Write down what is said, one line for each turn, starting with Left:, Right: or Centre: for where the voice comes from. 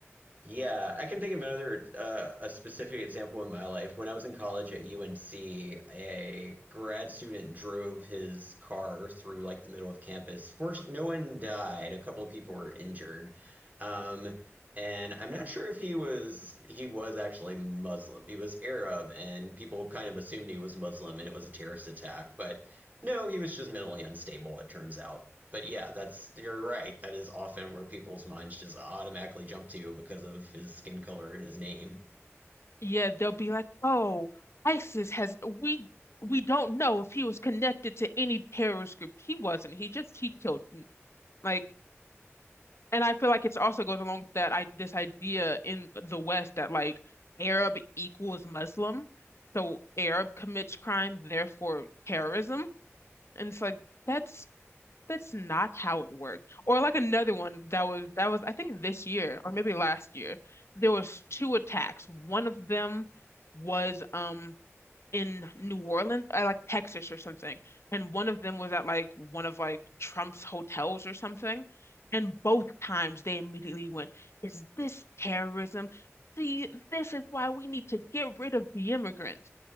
Right: yeah, I can think of another uh, a specific example in my life. When I was in college at UNC, a grad student drove his car through like the middle of campus. Fortunately, no one died. A couple of people were injured. Um, and I'm not sure if he was he was actually Muslim. He was Arab, and people kind of assumed he was Muslim, and it was a terrorist attack. But no, he was just mentally unstable, it turns out. But yeah, that's you're right. That is often where people's minds just automatically jump to because of his skin color and his name.
Left: Yeah, they'll be like, "Oh, ISIS has we we don't know if he was connected to any terrorist group. He wasn't. He just he killed." Like And I feel like it's also goes along with that I this idea in the West that like Arab equals Muslim, so Arab commits crime, therefore terrorism. And it's like that's that's not how it worked. Or like another one that was that was I think this year or maybe last year, there was two attacks. One of them was um in New Orleans, uh, like Texas or something. And one of them was at like one of like Trump's hotels or something. And both times they immediately went, Is this terrorism? See, this is why we need to get rid of the immigrants.